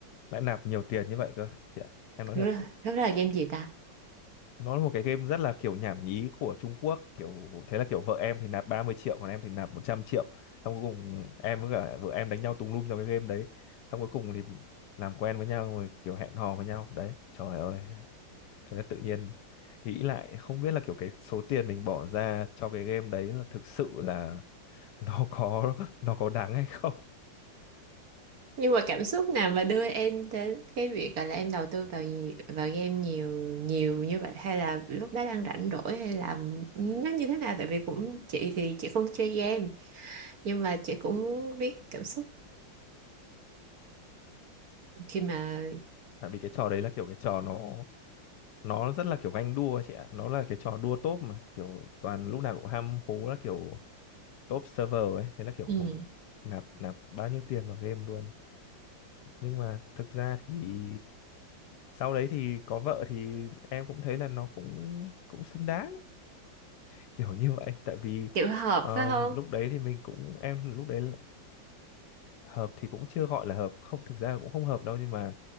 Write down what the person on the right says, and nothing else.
Lúc
đó lúc đó là game gì ta?
nhưng mà cảm xúc nào mà đưa em đến cái việc gọi là em đầu tư vào nhi- vào game nhiều nhiều như vậy hay là lúc đó đang rảnh rỗi hay là nó như thế nào tại vì cũng chị thì chị không chơi game nhưng mà chị cũng biết cảm xúc khi mà
ừ,
kiểu hợp
phải không